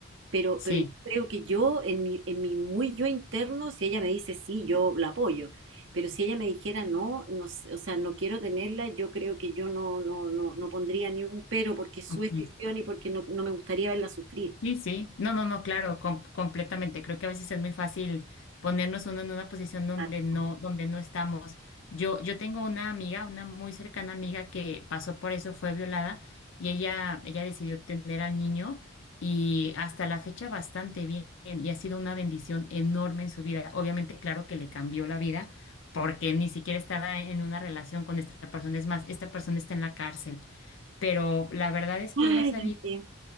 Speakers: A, on the right; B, on the left.
A: Pero,
B: sí,
A: pero yo creo que yo, en mi, en mi muy yo interno, si ella me dice sí, yo la apoyo. Pero si ella me dijera no, no, s- o sea, no quiero tenerla, yo creo que yo no, no, no, no pondría ni un pero porque es
B: ok,
A: su decisión y porque no, no me gustaría verla sufrir.
B: Sí, sí, no, no, no, claro, com- completamente. Creo que a veces es muy fácil ponernos uno en una posición donde
A: Exacto.
B: no, donde no estamos. Yo, yo tengo una amiga, una muy cercana amiga que pasó por eso, fue violada y ella, ella decidió tener al niño y hasta la fecha bastante bien y ha sido una bendición enorme en su vida. Obviamente, claro que le cambió la vida porque ni siquiera estaba en una relación con esta persona. Es más, esta persona está en la cárcel pero la verdad es que
A: Ay,
B: ella ha sabido,
A: Dios mío.